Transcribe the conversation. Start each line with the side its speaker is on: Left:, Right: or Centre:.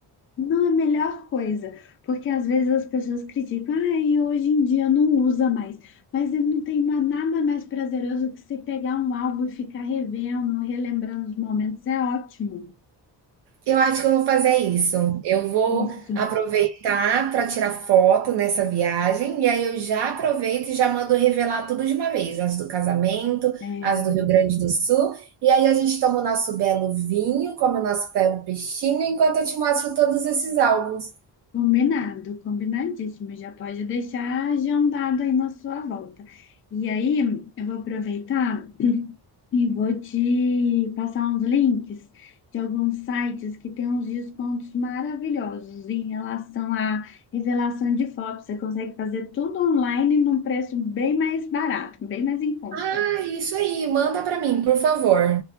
Left: não é a melhor coisa, porque às vezes as pessoas criticam, ah, e hoje em dia não usa mais. Mas não tem ma- nada mais prazeroso que você pegar um álbum e ficar revendo, relembrando os momentos. É ótimo.
Right: Eu acho que eu vou fazer isso. Eu vou
Left: Isso.
Right: aproveitar para tirar foto nessa viagem, e aí eu já aproveito e já mando revelar tudo de uma vez, as do casamento,
Left: É,
Right: as do Rio Grande do Sul, e aí a gente toma o nosso belo vinho, come o nosso belo peixinho, enquanto eu te mostro todos esses álbuns.
Left: combinado, combinadíssimo. Já pode deixar agendado aí na sua volta. E aí, eu vou aproveitar. E vou te passar uns links de alguns sites que têm uns descontos maravilhosos em relação à revelação de fotos. Você consegue fazer tudo online num preço bem mais barato, bem mais em conta.
Right: Ah, isso aí, manda para mim, por favor.